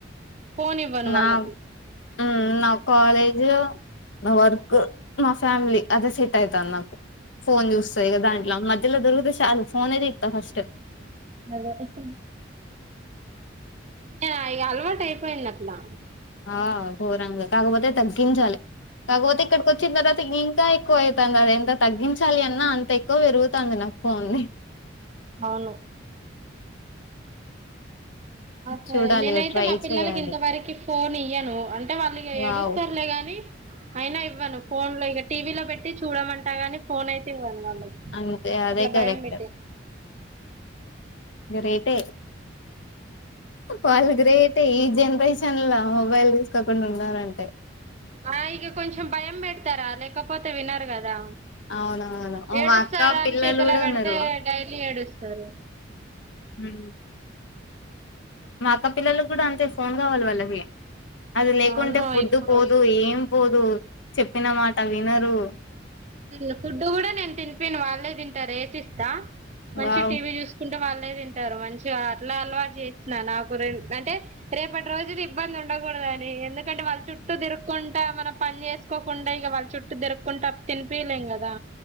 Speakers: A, on the right; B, on the left.
A: ఫోన్ ఇవ్వను
B: నా
A: వాళ్ళకి
B: ఉ నా కాలేజ్ నా వర్క్ మా ఫ్యామిలీ అదే సెట్ అయితాంది నాకు ఫోన్ చూస్తా ఇగ దాంట్ల మధ్యలో దొరుకుతే చాలు ఫోనే దిత్త ఫస్ట్
A: అలవాటైపోయింది ఇగా అ అలవాటు అయిపోయింది అట్లా
B: ఆ గోరంగ కాకపోతే తగ్గించాలి కాకపోతే ఇక్కడికి వచ్చ చిన్న ఇంకా ఎక్కువై ంది అది ఎంత తగ్గించాలి అన్నా అంత ఎక్కువ పెరుగుతాంది నా ఫోన్ ది
A: అవును సే
B: చూడాలి
A: నేనైతే
B: ఇగ ట్రై
A: మా పిల్లలకి
B: చేయాలి
A: ఇంతవరకు ఫోన్ ఇయ్యను అంటే వాళ్ళు ఇగా
B: వావ్
A: ఏడుస్తారులే గాని అయినా ఇవ్వను ఫోన్ లో ఇక టీవీలో పెట్టి చూడమంటా గాని ఫోన్ అయితే ఇవ్వను వాళ్ళకి
B: అంతే అదే
A: అట్లా
B: కరెక్ట్
A: భయం పెట్టే
B: గ్రేటే వాళ్ళు గ్రేటే ఈ జెనరేషన్ ల మొబైల్ తీసుకోకుండా ఉన్నారంటే
A: ఆ ఇగ కొంచెం భయం పెడతారా లేకపోతే వినరు కదా
B: అవునవును ఓ,
A: ఏడుస్తారు
B: మా అక్క
A: అని
B: పిల్లలు
A: చేతిలో
B: కూడా
A: పెడితే
B: ఉన్నారు
A: డైలీ ఏడుస్తారు
B: ఉమ్. మా అక్క పిల్లలకి గూడా అంతే ఫోన్ కావాలి వాళ్ళకి అది లేకుంటే
A: అవును
B: ఫుడ్డు
A: ఇప్పుడు
B: పోదు ఏం పోదు చెప్పినమాట వినరు
A: ఉ ఫుడ్ కూడా నేను తినిపియను వాళ్ళే తింటారు వేసి ఇస్తా మంచి
B: వావ్
A: టీవీ చూసుకుంట వాళ్ళు నే తింటారు మంచిగా అట్లా అలవాటు చేస్తున్న నాకు అంటే రేపటి రోజులు ఇబ్బంది ఉండకూడదు. అని ఎందుక్ కంటే వాళ్ళ చుట్టూ తిరుక్కుంటా మనం పని చేసుకోకుండా ఇక వాళ్ళ చుట్టూ దిరక్కుంటా తినిపియలేం గదా